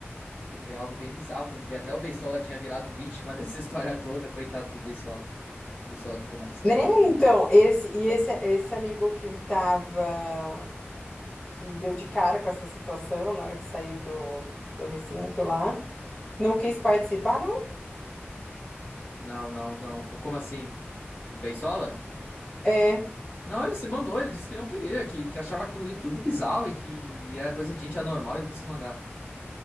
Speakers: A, on the left (about 35°); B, on the left (about 20°).
A: Que foi algo bem bizarro, quando vi até o Beisola tinha virado vítima <laughs> dessa história toda, coitado do Beisola. O Beisola ficou mais tempo
B: Né?
A: e.
B: Então, esse e esse esse amigo que tava que deu de cara com essa situação na hora que saiu do, do recinto lá, não quis participar, não?
A: Não, não, não. Como assim? O Beisola?
B: É.
A: Não, ele se mandou, ele disse que não queria, que, que achava aquilo ali tudo bizarro e que era coisa de gente anormal, ele quis se mandar.